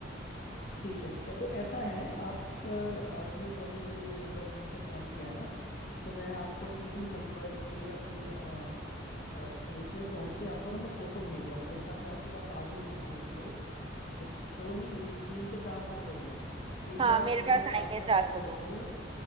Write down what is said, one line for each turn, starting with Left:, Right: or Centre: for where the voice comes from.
Left: ठीक है ठीक है तो ऐसा है आप अ, आपने जो अभी मुझे ये नंबर जिससे फ़ोन किया है ना तो मैं आपको इसी नंबर पे अपने अ, अ, दूसरे फ़ोन से आपको ना मैं फ़ोटो भेज रहा हूँ मेरे ख्याल से आपके पास आ गई होंगी एक दो मेरे दो नहीं ये तीन से चार फोटोज हैं ये एक
Right: हाँ
Left: बार
Right: मेरे
Left: आप फोटो
Right: पास
Left: साथ
Right: आई है
Left: साथ
Right: चार
Left: चेक
Right: फोटो
Left: करते हो